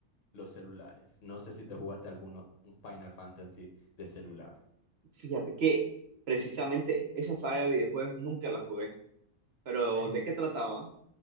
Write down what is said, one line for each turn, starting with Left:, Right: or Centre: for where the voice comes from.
Left: los celulares. No sé si te jugaste alguno, un Final Fantasy de celular.
Right: Fíjate que precisamente esa saga de videojuegos nunca la jugué, pero
Left: Es,
Right: ¿de qué trataba?